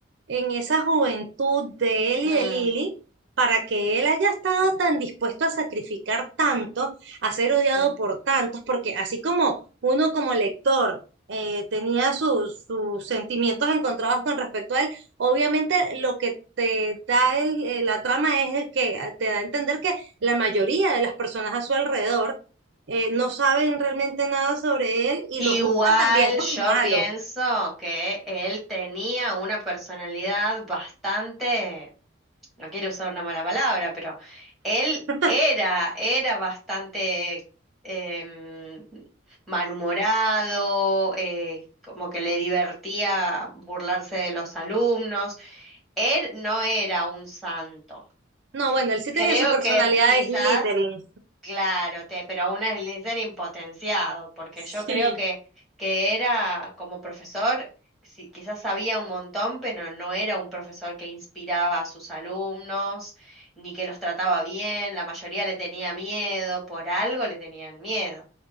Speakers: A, on the right; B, in the centre.
A: en esa juventud de él y
B: mm,
A: de Lili, para que él haya estado tan dispuesto a sacrificar tanto, a ser odiado
B: mm.
A: por tantos, porque así como uno como lector eh, tenía sus, sus sentimientos encontrados con respecto a él, obviamente lo que te da el- eh, la trama es el que te da a entender que la mayoría de las personas a su alrededor eh, no saben realmente nada sobre él y
B: Igual
A: lo juzgan también como
B: yo
A: malo.
B: pienso que él tenía una personalidad bastante, no quiero usar una mala palabra, pero él
A: <laughs>
B: era, era bastante em, malhumorado, eh, como que le divertía burlarse de los alumnos. Él no era un santo.
A: No, bueno, él sí
B: Creo
A: tenía su personalidad
B: que p- quizás
A: de Slytherin.
B: Claro, te, pero un Slytherin impotenciado, porque
A: Sí,
B: yo creo que, que era como profesor, sí, quizás sabía un montón, pero no era un profesor que inspiraba a sus alumnos, ni que los trataba bien, la mayoría le tenía miedo, por algo le tenían miedo.